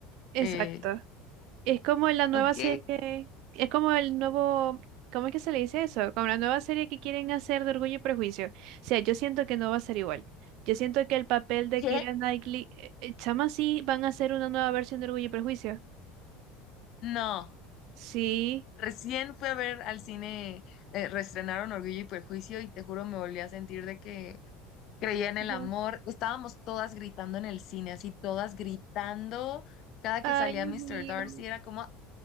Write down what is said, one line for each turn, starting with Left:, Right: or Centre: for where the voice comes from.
Right: exacto.
Left: Eh,
Right: Es como la nueva
Left: ok.
Right: serie, es como el nuevo, ¿cómo es que se le dice eso? Como la nueva serie que quieren hacer de Orgullo y Prejuicio. O sea, yo siento que no va a ser igual. Yo siento que el papel de
Left: ¿Qué?
Right: Keira Knightley, eh, eh, chama, sí, van a hacer una nueva versión de Orgullo y Prejuicio.
Left: No,
Right: Sí.
Left: recién fui a ver al cine, eh, reestrenaron Orgullo y Prejuicio y te juro me volví a sentir de que creía en el
Right: Ajá.
Left: amor. Estábamos todas gritando en el cine, así todas gritando. Cada
Right: Ay,
Left: que salía
Right: Dios mío.
Left: Mr. Darcy era como,